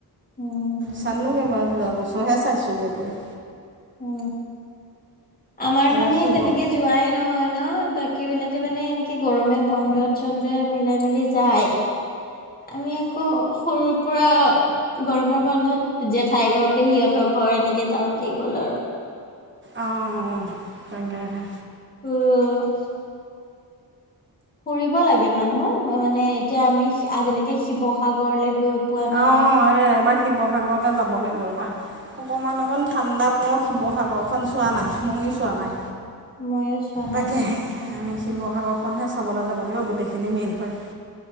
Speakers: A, on the left; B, on the right.
A: হম,
B: চালোগে বাৰু। যোৱা বছৰহে চাইছোগে গৈ।
A: উ, আমাৰ
B: এইবাৰ
A: মানে
B: শিৱ
A: তেনেকে
B: অঁ
A: যোৱাই নহয় ন। বাকীবিলাকে মানে এনেকে গৰমে বন্ধত চন্ধই মিলাই মিলি যায়। আমি আকৌ সৰুৰ পৰা গৰমৰ বন্ধত জেঠাই ঘৰত পেহীহঁতৰ ঘৰ এনেকে যাওঁতেই গ'ল আৰু।
B: অ, তাকেহে।
A: <unintelligible> ফুৰিব লাগে মানুহ। মানে এতিয়া আমি আজিলেকে শিৱসাগৰললে গৈ পোৱা
B: অ,
A: নাই।
B: এইয়া এইবাৰ শিৱসাগৰলে যাব লাগিব ৰ'বা। অকমান অকণ ঠাণ্ডা পৰক শিৱসাগৰখন চোৱা নাই, ময়ো চোৱা নাই।
A: ময়ো চোৱা নাই
B: তাকে
A: আজিলৈকে।
B: আমিচ শিৱসাগৰখনহে চাবলে যাব লাগে অ গোটেইখিনি মিল হয়।